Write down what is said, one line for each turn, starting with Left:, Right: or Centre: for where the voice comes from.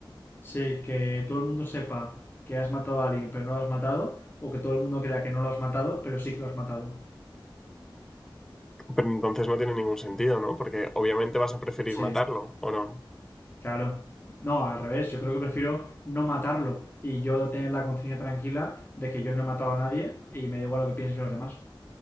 Left: Sí, que todo el mundo sepa que has matado a alguien pero no lo has matado, o que todo el mundo crea que no lo has matado pero sí que lo has matado.
Centre: Pero entonces no tiene ningún sentido, ¿no? Porque obviamente vas a preferir
Left: Sí,
Centre: matarlo, ¿o no?
Left: claro. No, al revés, yo creo que prefiero no matarlo y yo tener la conciencia tranquila de que yo no he matado a nadie y me da igual lo que piensen los demás.